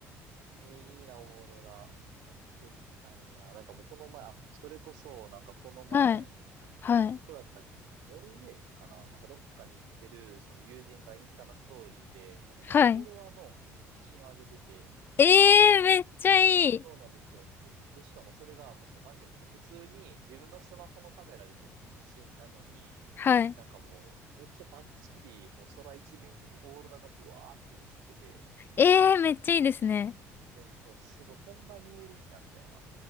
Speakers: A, on the right; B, on the left.
A: えー、いいな、オーロラ。なんか見てみたいな。なんかもうこの前、あ、それこそ、なんかこの前、
B: はい。
A: なんか、
B: はい。
A: どこだったっけノルウェーかななんかどっかに行ってる、その友人がインスタのストーリーで、なんかそのオーロラの写真を上げてて、
B: はい。ええー、めっちゃいい。
A: えそうなんですよ。えで、しかもそれがもうその、なんていうんですか、普通に自分のスマホのカメラで撮った写真なのに、
B: はい。
A: なんかもう、めっちゃバッチリ、もう空一面にオーロラがブワーって映ってて、
B: ええー、めっちゃいいですね。
A: え、そう、すごい、そんな見えるんや、みたいな。